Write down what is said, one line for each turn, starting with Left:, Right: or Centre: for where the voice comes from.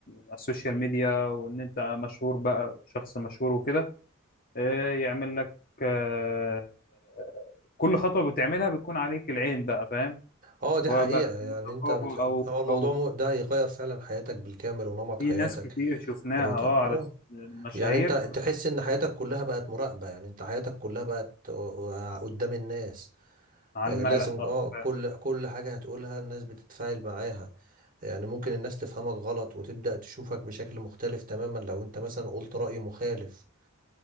Left: على السوشيال ميديا وإن أنت مشهور بقى شخص مشهور وكده آه، يعمل لك آه، كل خطوة بتعملها بتكون عليك العين بقى فاهم
Right: اه
Left: سواء
Right: دي حقيقة
Left: بقى
Right: يعني
Left: رقابة
Right: انت بت...
Left: أو
Right: هو الموضوع
Left: أو
Right: مو... ده هيغير فعلا حياتك بالكامل ونمط
Left: في
Right: حياتك
Left: ناس كتير شفناها
Right: الروتين
Left: اه على
Right: اه
Left: س- مشاهير
Right: يعني انت تحس ان حياتك كلها بقت مراقبة يعني انت حياتك كلها بقت آه، آه، قدام الناس
Left: على
Right: آه،
Left: الملأ
Right: لازم
Left: اه
Right: اه كل
Left: فاهم
Right: كل حاجة هتقولها الناس بتتفاعل معاها يعني ممكن الناس تفهمك غلط وتبدأ تشوفك بشكل مختلف تماما لو انت مثلا قلت رأي مخالف